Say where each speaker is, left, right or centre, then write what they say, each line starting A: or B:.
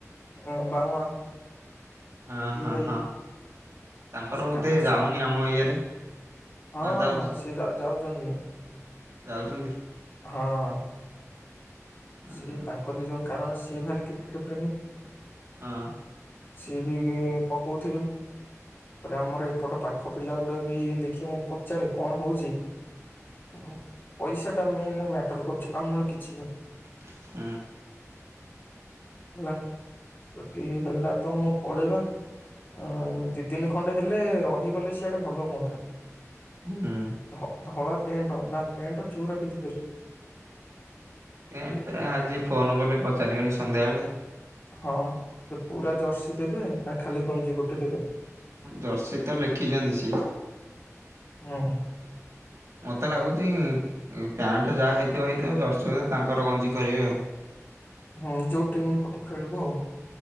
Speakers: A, on the left (about 40°); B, on the right (about 60°).
A: ଏଁ ବାଉଁଆ।
B: ଅ
A: ଦି
B: ହଁ
A: ଭାଇ
B: ହଁ ତାଙ୍କର ବୋଧେ
A: କାରଣ ସେ-
B: ଯାଉନି ଆମ ଇଏରେ।
A: ହଁ
B: ନା ଯାଉଛି
A: ସେ ଯାଉ ଯାଉଛନ୍ତି।
B: ଯାଉଛନ୍ତି?
A: ହଁ।
B: ହଁ
A: ସିଏ
B: ହଁ
A: ତାଙ୍କ ଦିଜଙ୍କ୍ କାରଣ ସିଏ ଭାରି କ୍ରିକେଟ ପ୍ରେମୀ
B: ହଁ।
A: ସିଏ ବି ପକଉଥିବେ। ରେ ଆମର ଏପଟ ପାଖ ପିଲା ଗୁଡା ବି ଦେଖି ମୁଁ ପଚାରେ କଣ ହଉଚି ହୋଉ। ପଇସା ଟା ମେନ ମ୍ୟାଟର କରୁଚି ଆଉ ନହେଲେ କିଛି ନୁହେଁ।
B: ହୁଁ।
A: ହେଲା। କେଇ ହେଲା ତ ମୁଁ ପଳେଇବା ଅଁ ଦି ଦିନ ଖ ଖଣ୍ଡେ ହେଲେ ରହିଗଲେ ସିଆଡେ ଭଲ ହୁଅନ୍ତା।
B: ହୁଁ
A: ଧ ଧଳ ପ୍ୟାଣ୍ଟ ନା ପ୍ୟାଣ୍ଟ ଜୋର ପିନ୍ଧି ପାରିବ।
B: ଏଣ୍ଡ ଆଜି ଫୋନ କଲେ ପଚାରିବନି ସନ୍ଧ୍ୟାବେଳେ
A: ହଁ ତ ପୁରା ଜର୍ସି ଦେବେ ନା ଖାଲି ଗଞ୍ଜି ଗୋଟେ ଦେବେ
B: ଜର୍ସି ତ ଲେଖିଛନ୍ତି ସିଏ। <inaudible>
A: ହଁ <inaudible>
B: ମୋତେ ଲାଗୁଚି ପ୍ୟାଣ୍ଟ ଯାହା ହେଇଥିବ ହେଇଥିବ ଜର୍ସି ହ ତାଙ୍କର ଗଞ୍ଜି କରିବେ ଆଉ।
A: ହୁଁ ଯୋଉ ଟିମ୍ ପଟୁ ଖେଳିବୁ ଆଉ।